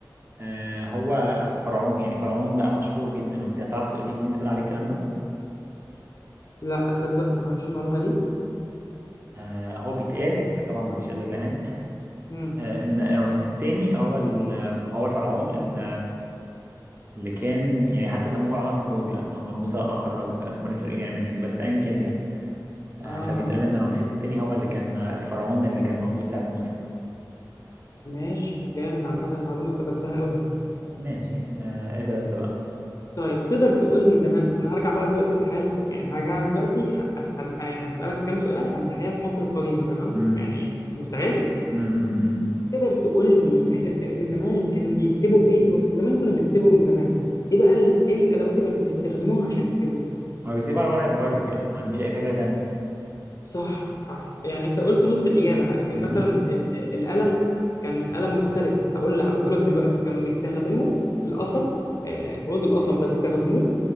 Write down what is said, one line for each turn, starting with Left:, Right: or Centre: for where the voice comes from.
Right: آه، هو فرعون يعني فرعون بقى مشهور جدا وبتاع تعرف تقول لي مين اللي طلع عليه الكلام ده
Left: لا تصدق ما اعرفش المعلومه دي
Right: آه، هو بيتقال يعني طبعا ما فيش ادله يعني
Left: امم
Right: آه، ان رمسيس الثاني هو ال- هو الفرعون ال- اللي كان يعني حتى سموه فرعون الخروج لان هو موسى اخرج بني اسرائيل يعني من هناك بس ايا كان يعني آه،
Left: اه
Right: فبيتقال ان رمسيس الثاني هو اللي كان الفرعون اللي كان موجود ساعه موسى
Left: ماشي جامد عامه معلومه استفدتها قوي
Right: ماشي آه، اسال انت بقى
Left: طيب تقدر تقول لي زمان انا هرجع بقى دلوقتي في الحياه الف... يعني هرجع لك دلوقتي أسعد... يعني هسالك كام سؤال عن الحياه في مصر القديمه تمام
Right: امم
Left: يعني مستعد
Right: امم
Left: تقدر تقول لي إحنا- زمان كانوا بيكتبوا بايه زمان كانوا بيكتبوا من زمان ايه بقى ال... ايه الادوات اللي كانوا بيستخدموها عشان يكتبوا
Right: هو بيكتبوا على ورق برد يعني انا ما عنديش اي فكره
Left: صح صح يعني انت قلت نص الاجابه لكن
Right: تانية
Left: مثلا ال- القلم كان قلم مختلف هقول لك هقوله لك دلوقتي كانوا بيستخدموا القصب آه، عود القصب ده بيستخدموه